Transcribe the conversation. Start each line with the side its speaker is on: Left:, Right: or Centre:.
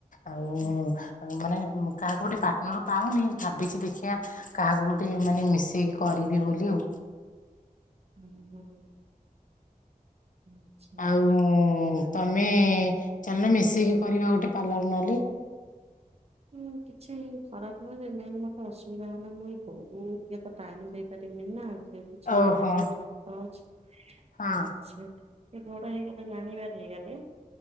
Left: ଆଉ
Right: ହୁଁ,
Left: ମାନେ କାହାକୁ ଗୋଟେ ପାର୍ଟନର ପାଉନି, ଭାବିଚି ଦେଖିଆ କାହାକୁ ଗୋଟେ ମାନେ ମିଶେଇକି କରିବି ବୋଲି ଆଉ।
Right: ହୁଁ ହୁଁ। ଆଚ୍ଛା
Left: ଆଉ ତମେ ଚାଲୁନ ମିଶିକି କରିବା ଗୋଟେ ପାର୍ଲର ନଲେ।
Right: ହୁଁ କିଛି ଖରାପ ନୁହଁ ଯେ, ମେନ୍ ମୋର ତ ଅସୁବିଧା ହେଲା ମୁଁ ଏଇ ଘରୁ ଟିକେ ତ ଟାଇମ୍ ଦେଇପାରନିମି ନା। ଯେହେତୁ ଝିଅ
Left: ଓହୋ
Right: ଏଇନା ଟିକେ ଛୋଟ ଅଛି,
Left: ହଁ
Right: ମୋ ଝିଅ ଟି କେ ବଡ ହେଇଗଲେ ଜାଣିବାର ହେଇଗଲେ,